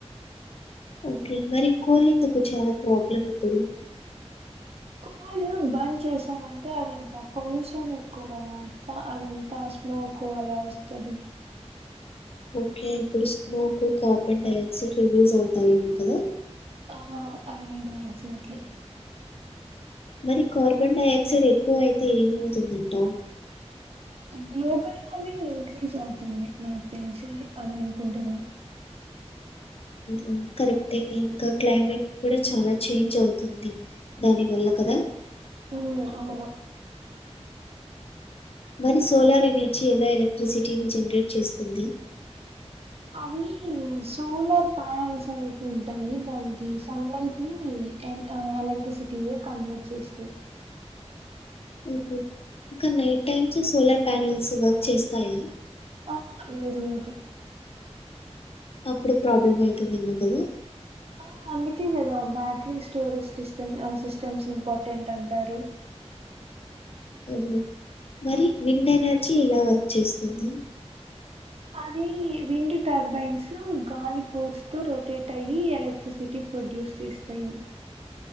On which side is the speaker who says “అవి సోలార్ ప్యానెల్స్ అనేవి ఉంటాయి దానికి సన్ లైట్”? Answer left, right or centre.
Right